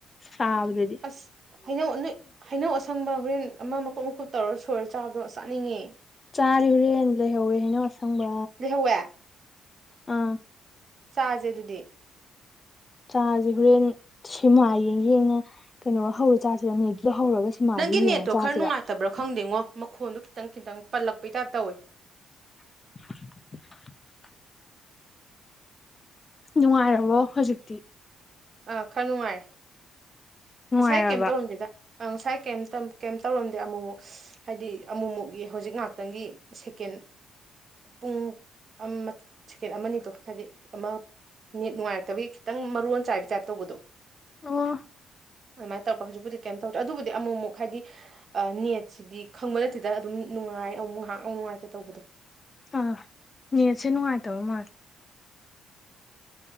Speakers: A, on the left; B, on the right.
A: ꯁꯥꯕꯗꯗꯤ
B: ꯑꯁ ꯍꯥꯏꯩꯅꯧ ꯅꯣꯏ ꯍꯩꯅꯧ ꯑꯁꯪꯕ ꯒ꯭ꯔꯦꯟ ꯑꯃ ꯃꯀꯨꯞ ꯃꯀꯨꯞ ꯇꯧꯔ ꯁꯣꯏꯔ ꯆꯥꯛꯗꯣ ꯆꯥꯅꯤꯡꯉꯦ
A: ꯆꯥꯔꯤꯕ ꯍꯔꯦꯅ ꯂꯩꯍꯧꯋꯦ ꯍꯥꯏꯩꯅꯧ ꯑꯁꯪꯕ
B: ꯂꯩꯍꯋꯦ
A: ꯑꯥ
B: ꯆꯥꯁꯦ ꯑꯗꯨꯗꯤ
A: ꯆꯥꯁꯤ ꯍꯣꯔꯦꯟ ꯁꯤꯃꯥ ꯌꯦꯡ ꯌꯦꯡꯅ ꯀꯩꯅꯣ ꯍꯧꯔꯦ ꯆꯥꯁꯤꯔ ꯃ ꯍꯧꯔꯒ ꯁꯤꯃꯥꯗꯨ
B: ꯅꯪꯒꯤ ꯅꯦꯠꯇꯣ
A: ꯌꯦꯡꯉ ꯆꯥꯁꯤꯔ
B: ꯈꯔ ꯅꯨꯡꯉꯥꯏꯇꯕ꯭ꯔꯥ ꯈꯪꯗꯦꯉꯣ ꯃꯈꯣꯟꯗꯣ ꯈꯤꯇꯪ ꯈꯤꯇꯪ ꯄꯜꯂꯛꯄꯩ ꯇꯥꯏꯞ ꯇꯧꯋꯦ
A: <unintelligible> ꯅꯨꯡꯉꯥꯏꯔꯕꯣ ꯍꯧꯖꯤꯛꯇꯤ
B: ꯑꯥ ꯈꯔ ꯅꯨꯡꯉꯥꯏꯔꯦ
A: ꯅꯨꯡꯉꯥꯏꯔꯕ
B: ꯉꯁꯥꯏ ꯀꯩꯝ ꯇꯧꯔꯝꯗꯦꯗ ꯉꯁꯥꯏ ꯀꯩꯝ ꯀꯩꯝ ꯇꯧꯔꯝꯗꯦ ꯑꯃꯨꯛꯃꯨꯛ ꯍꯥꯏꯗꯤ ꯑꯃꯨꯛ ꯃꯨꯛꯀꯤ ꯍꯧꯖꯤꯛ ꯉꯥꯛꯇꯪꯒꯤ ꯁꯦꯀꯦꯟ ꯄꯨꯡ ꯑꯃ ꯁꯦꯀꯦꯟ ꯑꯃꯥ ꯑꯅꯤꯗꯣ ꯍꯥꯏꯗꯤ ꯑꯃ ꯅꯦꯠ ꯅꯨꯡꯉꯥꯏꯔꯛꯇꯕꯒꯤ ꯈꯤꯇꯪ ꯃꯥꯔꯣꯟ ꯆꯥꯏꯕꯩ ꯇꯥꯏꯞꯇ ꯇꯧꯕꯥꯗꯣ
A: ꯑꯣ
B: ꯑꯗꯨꯃꯥꯏꯅ ꯇꯧꯔꯛꯄ ꯍꯧꯖꯤꯛꯄꯨꯗꯤ ꯀꯩꯝ ꯇꯧꯔꯦ ꯑꯗꯨꯕꯨꯗꯤ ꯑꯃꯨꯛꯃꯨꯛ ꯍꯥꯏꯗꯤ ꯅꯦꯠꯁꯤꯗꯤ ꯈꯪꯕ ꯅꯠꯇꯦꯗ ꯑꯗꯨꯝ ꯅꯨꯡꯉꯥꯏ ꯑꯃꯨ ꯉꯥꯏꯍꯥꯛꯥꯎ ꯅꯨꯡꯉꯥꯏꯇꯦ ꯇꯧꯕꯗꯣ
A: ꯑꯥ ꯌꯦꯁꯦꯅꯅꯨꯡꯉꯥꯏ ꯇꯕ ꯃꯥꯜ